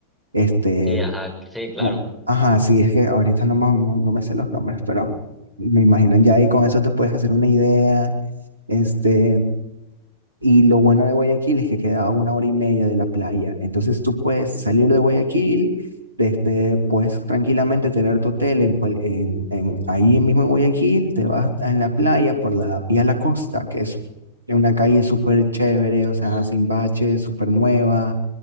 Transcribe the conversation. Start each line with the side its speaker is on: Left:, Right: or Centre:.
Right: Este,
Centre: sí, ajá, sí, claro.
Right: como- Ajá, sí, es que ahorita no, me no no me sé los nombres, pero me imagino ya ahí con eso te puedes hacer una idea. Este, y lo bueno de Guayaquil es que queda a una hora y media de la playa. Entonces tú puedes salir de Guayaquil, este, puedes tranquilamente tener tu hotel en cual- en, en- ahí mismo en Guayaquil, te vas en la playa por la vía La Costa, que es una calle súper chévere, o sea, sin baches, súper nueva,